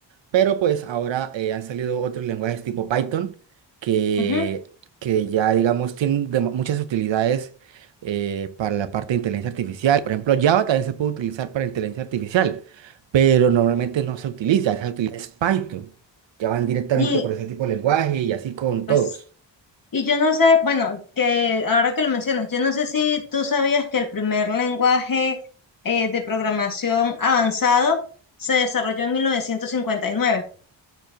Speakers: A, on the right; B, on the left.
A: Pero pues ahora eh, han salido otros lenguajes tipo Python que,
B: ujú,
A: que ya, digamos, tienen dem- muchas utilidades eh, para la parte de inteligencia artificial. Por ejemplo, Java también se puede utilizar para inteligencia artificial, pero normalmente no se utiliza, se utiliza es Python. Ya van directamente
B: y
A: por ese tipo de lenguaje y así con
B: pues
A: todos.
B: Y yo no sé, bueno, que ahora que lo mencionas, yo no sé si tú sabías que el primer lenguaje eh, de programación avanzado se desarrolló en mil novecientos cincuenta y nueve